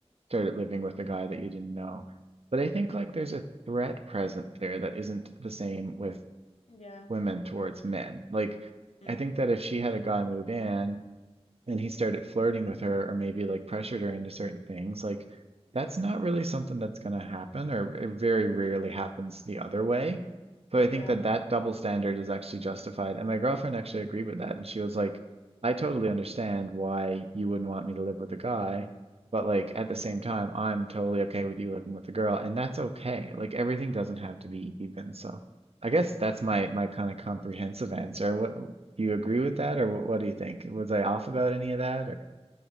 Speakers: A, on the right; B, on the left.
A: started living with a guy that you didn't know. But I think like there's a threat present there that isn't the same with
B: Yeah.
A: women towards men. Like,
B: mm
A: I think that if she had a guy move in and he started flirting with her or maybe like pressured her into certain things, like that's not really something that's going to happen or it very rarely happens the other way. So I
B: Yeah.
A: think that that double standard is actually justified. And my girlfriend actually agreed with that. And she was like, I totally understand why you wouldn't want me to live with a guy, but like at the same time, I'm totally okay with you living with a girl, and that's okay. Like everything doesn't have to be even. So I guess that's my my kind of comprehensive answer. What do you agree with that, or wh- what do you think? Was I off about any of that, or